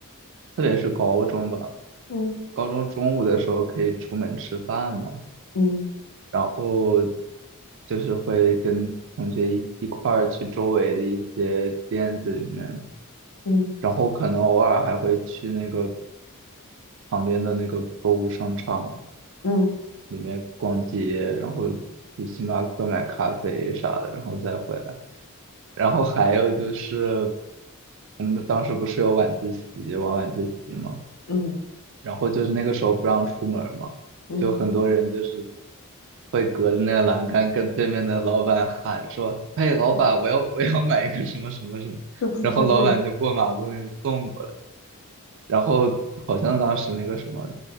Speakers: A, on the right; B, on the left.
A: 特别是高中吧，
B: 嗯
A: 高中中午的时候可以出门吃饭嘛，
B: 嗯
A: 然后就是会跟同学一一块儿去周围的一些店子里面，
B: 嗯
A: 然后可能偶尔还会去那个旁边的那个购物商场。
B: 嗯
A: 里面逛街，然后去星巴克买咖啡啥的，然后再回来。然后还有就是，我们当时不是有晚自习，晚晚自习嘛，
B: 嗯
A: 然后就是那个时候不让出门儿嘛，
B: 嗯，
A: 就很多人就是会隔着那个栏杆跟对面的老板喊说：“嘿，老板，我要我要买一个什么什么什么。”然后老板就过马路给你送过来。
B: 嗯嗯
A: 然后 <laughs> 好像当时那个什么